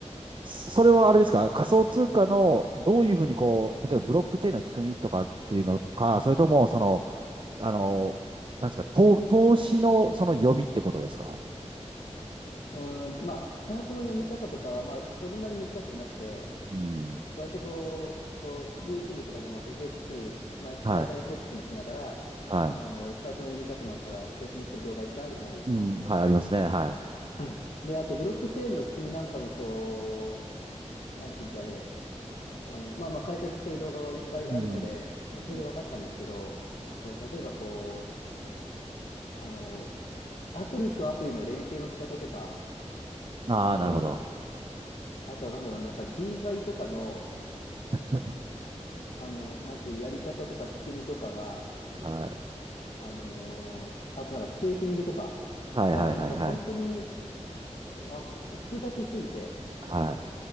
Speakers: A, on the right; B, on the left.
A: そそれはあれですか仮想通貨のどういうふうにこう、例えばブロックチェーンの仕組みとかっていうのか、それともその、あの、なんですか、投、投資のその読みってことですか
B: うーんと、まあ、チャートの読み方とかは、まあ、そんなに難しくなくて、
A: うん。
B: 割とこう、こう、YouTube とかでも FX、まあ、
A: はい。
B: 大体 FX にしながら、
A: は
B: あの、チャートの読み方なんかは説明してる動画いっぱいあるじゃないですか。
A: い。うん。はい、ありますね。はい。
B: うんで、あと、ブロックチェーンの仕組みなんかも、こう、なんていうんですかね、あの、まあまあ、解説してる動画はいっぱいあるので、
A: うん。
B: まあ、
A: うん。
B: それで分かったんですけど、こう、例えばこう、あの、アプリとアプリの連携の仕方とか、
A: ああ、
B: あと、
A: なるほど。
B: あとはなんだろう、なんか DeFi とかの、
A: <laughs>
B: あの、なんていう、やり方とか仕組みとかが、
A: はい。
B: あのーあとなんかステーキングとか
A: はいはいはいはい。
B: が、なんか本当にわ複雑すぎて、
A: はい。